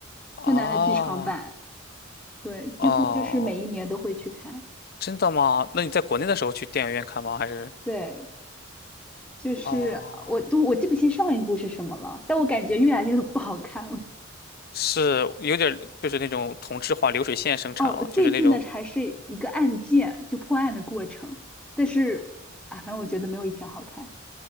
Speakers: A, on the left; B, in the centre.
A: 啊，
B: 柯南的剧场版，对，几乎就是每一年都会去看。
A: 哦，真的吗？那你在国内的时候去电影院看吗？还是？
B: 对，就是我都我记不清上一部是什么了，
A: 哦，
B: 但我感觉越来越不好看了。
A: 是有点儿就是那种同质化流水线生产了，
B: 哦，最近的还是一个案件，
A: 就是那种。
B: 就破案的过程，但是啊，反正我觉得没有以前好看，